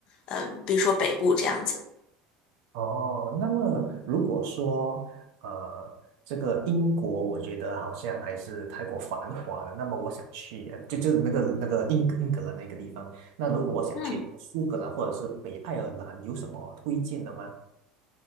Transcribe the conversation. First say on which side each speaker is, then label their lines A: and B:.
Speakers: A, on the left (about 45°); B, on the right (about 80°).
A: 嗯、比如说北部这样子，
B: 哦，那么如果说呃，这个英国，我觉得好像还是太过繁华了。那么我想去，呃就就是那个那个英格英格兰那个地方。那如果我想去苏格兰或者是北爱尔兰，
A: 嗯。
B: 有什么推荐的吗？